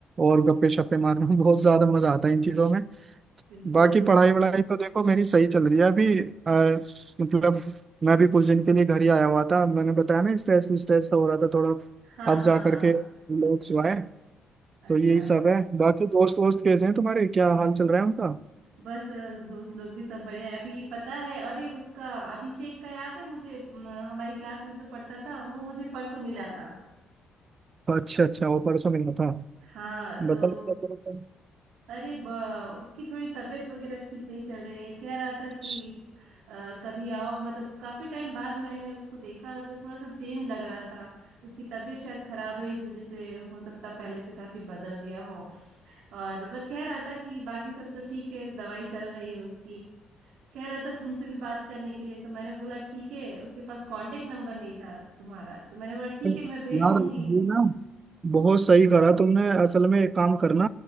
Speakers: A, on the right; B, on the right.
A: और गप्पे शप्पे मारना <laughs> बहुत ज्यादा मजा आता है इन चीजों में
B: बिल्कुल
A: बाकी
B: बिल्कुल।
A: पढ़ाई वढ़ाई तो देखो मेरी सही चल रही है अभी अ, मतलब मैं भी कुछ दिन के लिए घर ही आया हुआ था मैंने बताया ना स्ट्रेस स्ट्रेस सा हो रहा था थोड़ा
B: हाँ
A: अब
B: हाँ
A: जा
B: हाँ
A: करके
B: हाँ
A: रिलैक्स हुआ है
B: अच्छा
A: तो यही सब है बाकी दोस्त वोस्त कैसे हैं तुम्हारे क्या हाल चल रहा है उनका
B: बस अ, दोस्त लोग भी सब बढ़िया है अभी पता है अरे उसका अभिषेक का याद है मुझे म, हमारी क्लास में जो पढ़ता था वो मुझे परसों मिला था
A: अच्छा अच्छा वो परसों मिला था
B: हाँ
A: बताओ
B: तो
A: क्या कर रहे
B: अरे ब, उसकी थोड़ी तबीयत वगैरह ठीक नहीं चल रही है कह रहा था कि
A: थे?
B: अ, कभी आओ मतलब काफी टाइम बाद मैंने उसको देखा तो थोड़ा सा चेंज लग रहा था उसकी तबीयत शायद खराब है इस वजह से हो सकता है पहले से काफी बदल गया हो और पर कह रहा था कि बाकी सब तो ठीक है दवाई चल रही है उसकी कह रहा था तुमसे भी बात करने के लिए तो मैंने बोला ठीक है उसके पास कांटेक्ट नंबर नहीं था तुम्हारा तो मैंने बोला ठीक
A: यार
B: है मैं भेज दूंगी
A: ये ना बहुत सही करा तुमने असल में एक काम करना